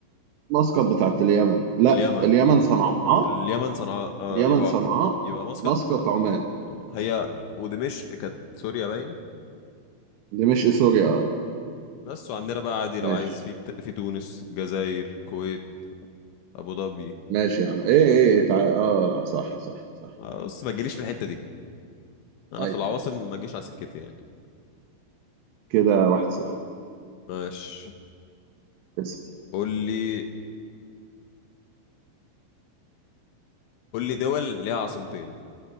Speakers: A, on the right; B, on the left.
A: مسقط بتاعت اليمن لا
B: اليمن
A: اليمن صنعاء
B: اليمن صنعاء اه
A: اليمن
B: يبقى
A: صنعاء
B: يبقى مسقط
A: مسقط عمان
B: آه، هي ودمشق كانت سوريا باين
A: دي مش سوريا اه
B: بس وعندنا بقى عادي لو
A: ماشي
B: عايز في في تونس جزائر كويت ابو ظبي
A: ماشي يا عم ايه ايه إيه، تع... اه لا صح صح صح
B: بص ما تجيليش في الحتة دي انا
A: ايوه
B: في العواصم
A: ماشي
B: ما اجيش على سكتي يعني
A: كده واحد صفر
B: ماشي
A: اسأل
B: قول لي قول لي دول ليها عاصمتين